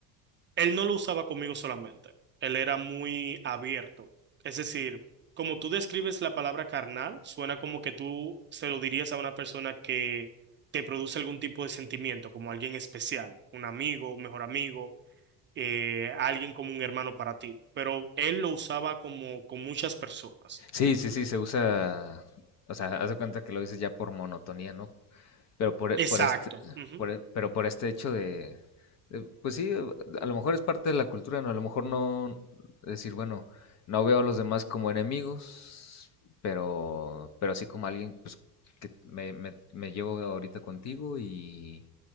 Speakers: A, on the right; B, on the left.
A: él no lo usaba conmigo solamente, él era muy abierto. Es decir, como tú describes la palabra carnal, suena como que tú se lo dirías a una persona que te produce algún tipo de sentimiento, como alguien especial, un amigo, un mejor amigo eh, a alguien como un hermano para ti, pero él lo usaba como con muchas personas.
B: Sí, sí, sí, se usa, o sea, haz de cuenta que lo dices ya por monotonía, ¿no? Pero por, e-
A: Exacto.
B: por este,
A: ujú.
B: por e- pero por este hecho de, de, pues sí, a lo mejor es parte de la cultura, ¿no? A lo mejor no decir, bueno, no veo a los demás como enemigos, pero, pero sí como alguien, pues, que me, me, me llevo ahorita contigo y,